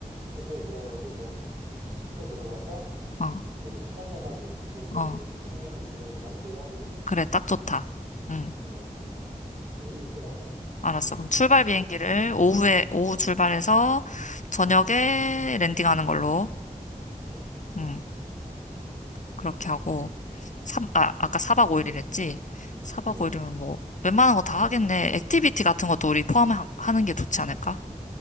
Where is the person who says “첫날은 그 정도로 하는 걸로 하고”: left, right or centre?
Right